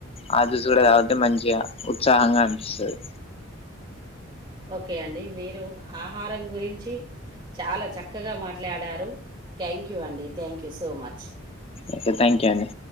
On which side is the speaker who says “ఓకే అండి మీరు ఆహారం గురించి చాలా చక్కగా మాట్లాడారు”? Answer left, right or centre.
Right